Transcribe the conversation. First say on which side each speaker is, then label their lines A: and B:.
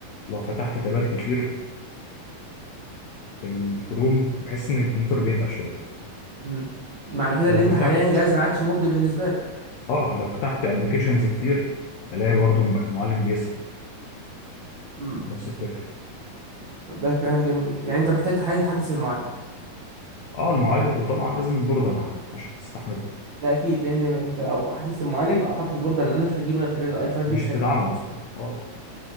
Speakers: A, on the left (about 75°); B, on the right (about 80°).
A: لو فتحت تابات كتير في الكروم بحس ان الكمبيوتر بيتقل شويه
B: أمم معنا كذا
A: لو
B: اللي أنت
A: فتحت
B: حاليا جاز بعدش مردي بالنسبة لك.
A: اه لو فتحت ابلكيشنز كتير الاقي برضو المعالج بيسخن
B: أمم
A: نفس الفكره
B: هذا كلام جميل. يعني أنت محتاجة حاليا تحدث المال
A: اه المعالج وطبعا لازم البورده معاه عشان تستحمله
B: ده اكيد لان انت لو حدثت المعالج اعتقد البورده اللي عندك مش هتجيب غير غير اي 5
A: مش
B: جيل تاني
A: تدعمه اصلا اه